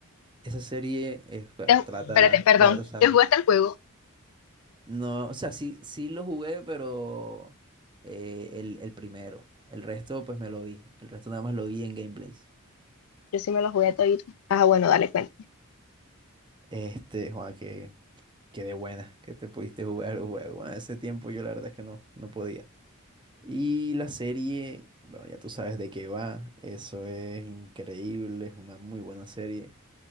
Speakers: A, on the right; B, on the left.
A: esa serie, eh, bueno,
B: Te ju-
A: trata,
B: espérate, perdón,
A: ya tú sabes.
B: ¿te jugaste el juego?
A: No, o sea, sí, sí lo jugué, pero eh, el, el primero. El resto, pues me lo vi. El resto nada más lo vi en gameplays.
B: Yo sí me lo jugué todito. Ah, bueno, dale cuenta.
A: Este, Juan, que Qué de buena que te pudiste jugar el juego. Bueno, ese tiempo yo la verdad es que no, no podía. Y la serie, bueno, ya tú sabes de qué va. Eso es increíble, es una muy buena serie.